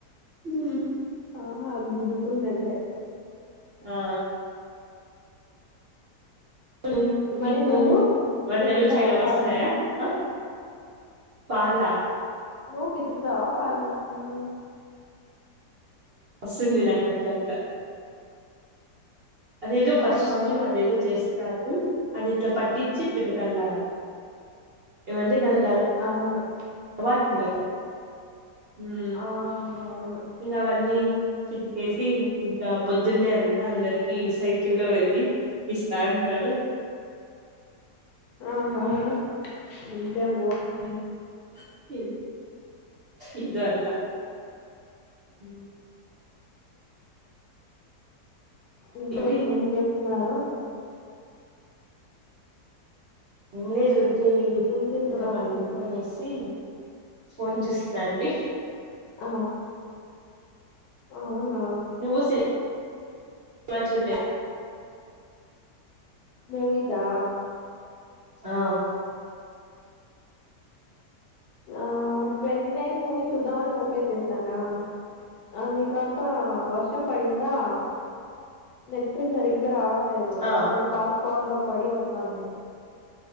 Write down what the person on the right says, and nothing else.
ఉమ్మ్
ఆ ఉమ్
మీకు
వంటలు
చేయడం
వస్తాయా ఆ పాల
వస్తుంది నాక్ అట్లట్లా అదేదో ఫస్ట్
అదేదో చేస్ తాజు అది ఇట్ల పట్టిచ్చి పితకల్లా ఏమంటే దానికి
అవాట్ ఉండ ఉం
ఇంగవన్నీ చితికేసి ఇంకా పొద్దున్నే అంతా అందరికి సైకిల్లో వెళ్ళి ఇస్తా అంటాను
మ్ ఇద్ ఇదొ అట్ల ఉమ్
మరి
ఇల్లే జూకి
ఇంకా పండ్కొనేసి ఫోన్ చూస్తా అండి
నువ్వు సే చూల్లె <unintelligible>
ఆ
ఆ